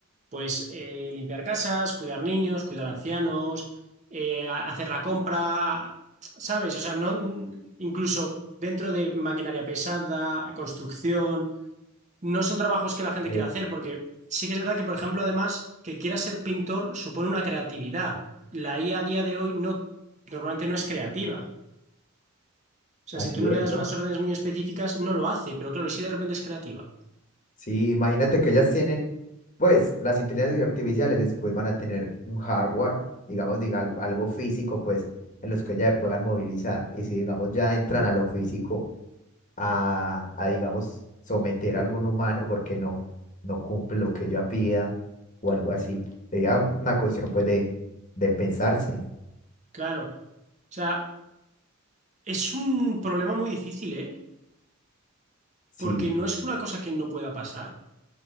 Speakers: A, on the right; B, on the left.
A: Pues eh, limpiar casas, cuidar niños, cuidar ancianos, eh, hacer la compra, ¿sabes? O sea, no incluso dentro de maquinaria pesada, construcción. no son trabajos que la gente
B: Eh,
A: quiera hacer, porque sí que es verdad que, por ejemplo, además, que quiera ser pintor supone una creatividad. La IA a a día de hoy no, normalmente no es creativa. O sea,
B: Así
A: si tú no
B: es,
A: le das
B: ¿no?
A: unas órdenes muy específicas, no lo hace, pero claro, y si de repente es creativa.
B: Sí, imagínate que ellas tienen, pues, las inteligencias artificiales después van a tener un hardware, digamos, diga, al- algo físico, pues, en los que ellas se puedan movilizar. Y si, digamos, ya entran a lo físico, a, a, digamos, someter a algún humano porque no, no cumple lo que ella pida o algo así. Sería una cuestión, pues, de, de pensarse.
A: Claro. O sea, es un problema muy difícil, ¿eh?
B: Sí,
A: Porque no es una cosa que no pueda pasar.